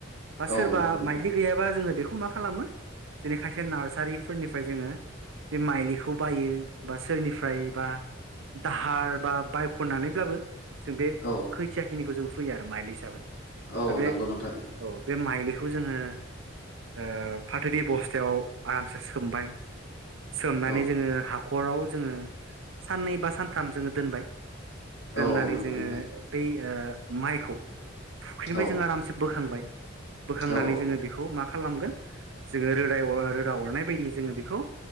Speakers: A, on the right (about 70°); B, on the left (about 55°).
A: बा
B: औ
A: सोरबा
B: नंगौ नोंथां
A: माइलि गैयाबा जोङो बेखौ मा खालामो जेरै खायसे नार्सारिफोरनिफ्राय जोङो। बे माइलिखौ बायो। बा सोरनिफ्राय बा दाहार बा बायखनानैब्लाबो जों बे
B: औ
A: खैथिया खिनिखौ जों फोयो आरो माइलि हिसाबै।
B: औ
A: दा बे
B: नंगौ नोंथां
A: औ बे माइलिखौ जो जोङो ओ फाथोनि बस्थायाव आरामसे सोमबाय। सोमनानै
B: औ
A: जोङो हाखराव जोङो साननै बा सानथाम जोङो दोनबाय। दोननानै
B: औ नंगौ
A: जोङो
B: नोंथां
A: बै ओ माइखौ फुख्रिनिफ्राय
B: औ
A: जोङो आरामसे बोखांबाय बोखांनानै
B: औ
A: जोङो बेखौ मा खालामगोन जोङो रोदाव ओ रोदा अरनाय बायदि जोङो बेखौ